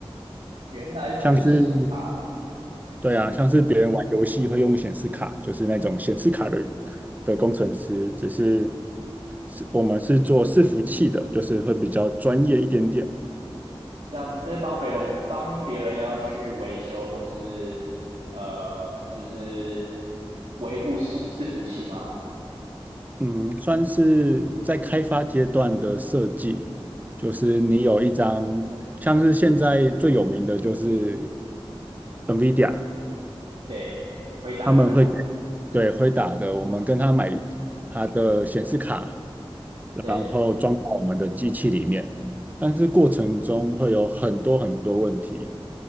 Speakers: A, on the right; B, on the right.
A: 原来是显卡，
B: 像是对啊，
A: 嗯，
B: 像是别人玩游戏会用显示卡，就是那种显示卡的的工程师，只是是我们是做伺服器的，就是会比较专业一点点。
A: 这样呃帮别人帮别人要去维修或是呃就是维护伺伺服器吗？
B: 嗯，算是在开发阶段的设计，就是你有一张，像是现在最有名的就是 NVIDIA，
A: 对，回答的嘛。
B: 他们会给对会打的，我们跟他买他的显示卡，
A: 对。
B: 然后装到我们的机器里面，但是过程中会有很多很多问题，